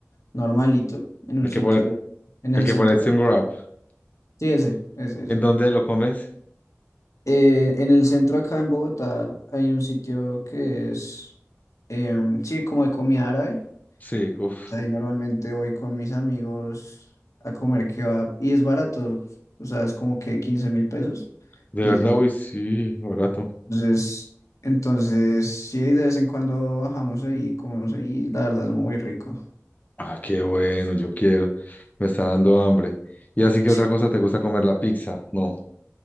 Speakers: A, on the left (about 80°); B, on the left (about 30°).
A: normalito, en un
B: El
A: sitio,
B: que, pare-
A: en
B: el
A: el
B: que
A: centro.
B: parece un wrap.
A: Sí, ese, ese, ese.
B: ¿En dónde lo comes?
A: Eh, en el centro acá en Bogotá hay un sitio que es, em, sí, como de comida árabe.
B: Sí, uff,
A: Ahí normalmente voy con mis amigos a comer kebab y es barato, o sea, es como que quince mil pesos,
B: de
A: dice.
B: verdad, uy, sí, barato.
A: Entonces, entonces, sí, de vez en cuando bajamos ahí y comemos ahí, la verdad es muy rico.
B: Ah, qué bueno, yo quiero. Me está dando hambre. Y así que
A: <laughs>
B: otra cosa, ¿te gusta comer la pizza? No,